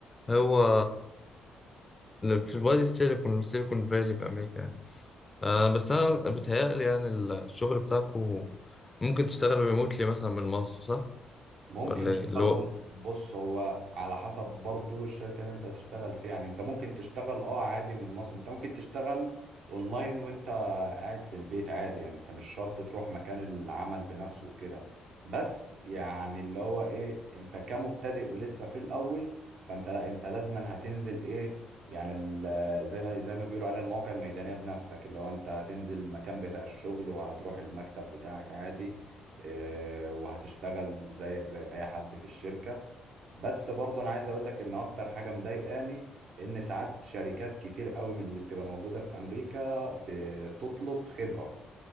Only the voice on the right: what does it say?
ممكن
اشتغلوا
من بص هو على حسب برضو الشركة اللي انت تشتغل فيها يعني انت ممكن تشتغل اه عادي من مصر انت ممكن تشتغل اونلاين وانت قاعد في البيت عادي يعني انت مش شرط تروح مكان العمل بنفسه وكده بس يعني اللي هو ايه انت كمبتدئ ولسه في الاول فانت لا انت لازما هتنزل ايه يعني ال- زي ما زي ما بيقولوا عليها المواقع الميدانية بنفسك اللي هو انت هتنزل المكان بتاع الشغل وهتروح المكتب بتاعك عادي آه، وهتشتغل زيك زي اي حد في الشركة بس برضو انا عايز اقول لك ان اكتر حاجة مضايقاني ان ساعات شركات كتير قوي من اللي بتبقى موجودة في امريكا بتطلب خبرة